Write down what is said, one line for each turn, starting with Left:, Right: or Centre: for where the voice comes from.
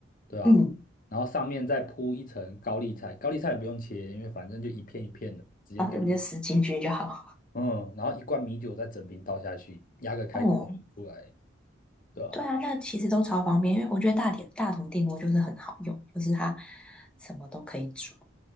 Left: 对吧？
Centre: 嗯，
Left: 然后上面再铺一层高丽菜，高丽菜也不用切，因为反正就一片一片的，直接丢进去
Centre: 然正你就死进去就好。
Left: 嗯，然后一罐米酒再整瓶倒下去，压个开关就出来，
Centre: 哦，
Left: 对吧？
Centre: 对啊，那其实都超方便，因为我觉得大铁大同电锅就是很好用，就是它什么都可以煮，